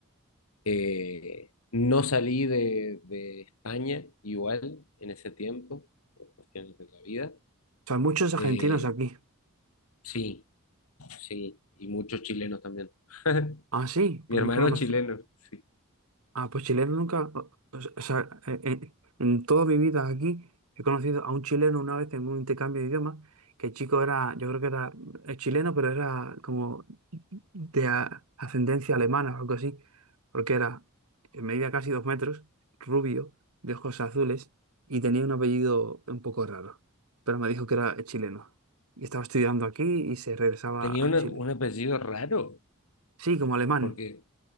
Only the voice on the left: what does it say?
Eh, no salí de, de España igual en ese tiempo, por cuestiones de la vida.
Eh,
sí, sí, y muchos chilenos también. <laughs>
Mi hermano
es chileno, sí.
Tenía
una-
un apellido raro,
porque,